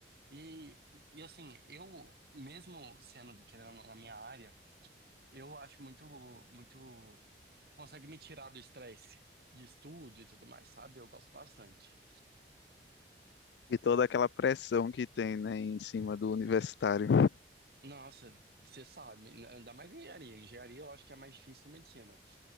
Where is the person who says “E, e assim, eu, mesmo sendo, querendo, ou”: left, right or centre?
Right